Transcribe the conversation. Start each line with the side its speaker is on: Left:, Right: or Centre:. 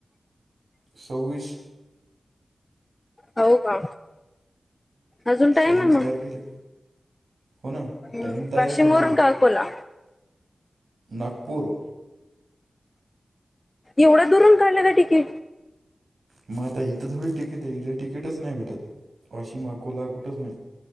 Right: सौ्वीस
Left: हो का अजून टाइम
Right: सव्वीस
Left: आहे मग
Right: तारखेर हो ना
Left: हम्म,
Right: टाईम तर आहे
Left: वाशिम
Right: पण
Left: वरून
Right: ते
Left: का अकोला
Right: नागपूर
Left: एवढं दुरून काढलं का तिकीट
Right: मग आता इथं थोडी तिकीट आहे इथे तिकीटच नाही भेटत वाशिम अकोला कुठंच नाही